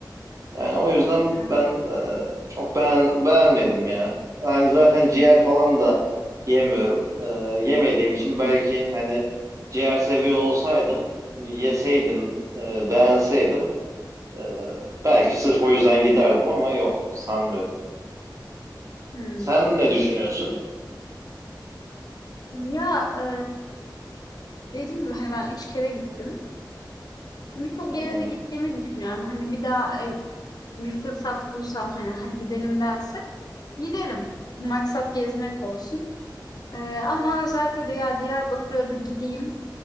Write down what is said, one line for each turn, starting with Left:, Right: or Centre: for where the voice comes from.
Right: Yani o yüzden
Left: Evet.
Right: ben e, çok beğen, beğenmedim ya. Yani zaten ciğer falan da yemiyorum. E, yemediğim için belki hani ciğer seviyor olsaydım, yeseydim, e, beğenseydim e, belki sırf o yüzden giderdim ama yok sanmıyorum.
Left: Hmm.
Right: Sen ne düşünüyorsun?
Left: Ya e, dediğim gibi hani ben üç kere gittim. Birçok
Right: Hı
Left: yere
Right: hı.
Left: de gittiğimi düşünüyorum. Hani bir daha e, bir fırsat bulsam hani hadi gidelim dense giderim. Maksat gezmek olsun. Ee, ama özellikle de ya Diyarbakır'a da gideyim